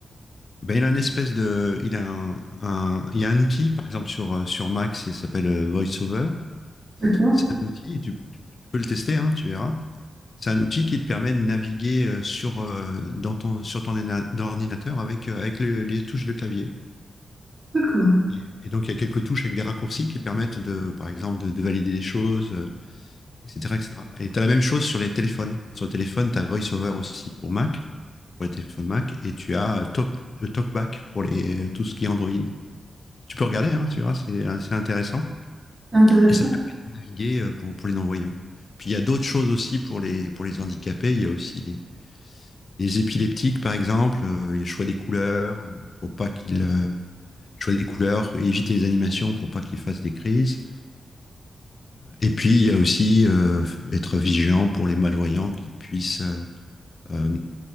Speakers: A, on the left; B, on the right.
A: Ben, il a une espèce de, il a un, un- il y a un outil, par exemple sur, euh, sur Mac, c'est- ça s'appelle euh, VoiceOver.
B: D'accord,
A: C'est un outil, tu, tu- tu peux le tester, hein, tu verras. C'est un outil qui te permet de naviguer euh, sur, euh, dans ton, sur ton éna- ordinateur avec, euh, avec le- les touches de clavier.
B: d'accord.
A: Et, et donc, il y a quelques touches avec des raccourcis qui permettent, de, par exemple, de, de valider des choses, euh, etc., etc. Et cetera. Et tu as la même chose sur les téléphones. Sur le téléphone, tu as VoiceOver aussi pour Mac, pour les téléphones Mac, et tu as euh, Talk, euh, TalkBack pour les, euh, tout ce qui est Android. Tu peux regarder, hein, tu vois, c'est assez intéressant.
B: C'est intéressant,
A: Et ça permet de naviguer euh, pour, pour les non-voyants. Puis il y a d'autres choses aussi pour les, pour les handicapés. Il y a aussi les, les épileptiques, par exemple. Euh, Il y a le choix des couleurs euh, pour pas qu'ils euh, choix des couleurs, éviter les animations pour pas qu'ils fassent des crises. Et puis il y a aussi euh, être vigilant pour les malvoyants qui puissent euh, euh,